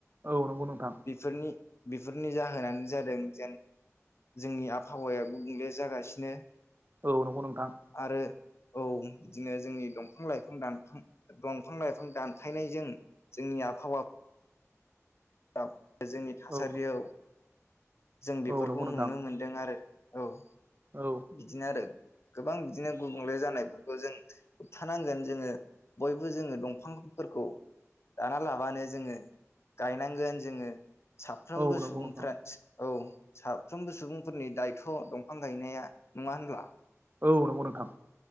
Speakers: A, on the right (about 40°); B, on the left (about 55°).
A: औ नंगौ नोंथां।
B: बेफोरनि बेफोरनि जाहोनानो जादों जेन जोंनि आबहावाया गुबुंले जागासिनो
A: औ नंगौ नोंथां!
B: आरो औ बिदिनो जोंनि दंफां लाइफां दानफां दंफां लाइफ बिफां दानफायनायजों जोंनि आबहावा <inaudible> जोंनि थासारियाव
A: औ
B: जों बेफोरखौ
A: औ नंगौ नोंथां
B: नुनो मोनदों आरो। औ
A: औ
B: बिदिनो आरो। गोबां बिदिनो गुबुंले जानायफोरखौ जों होबथानांगोन जोङो बयबो जोङो दंफांफोरखौ दाना लाबानो जोङो गायनाय गोन जोङो। साफ्रोमबो
A: औ नंगौ
B: सुबुंफ्रा
A: नोंथां
B: औ साफ्रोमबो सुबुंफोरनि दायथ' दंफां गायनाया नङा होनब्ला?
A: औ नंगौ नोंथां।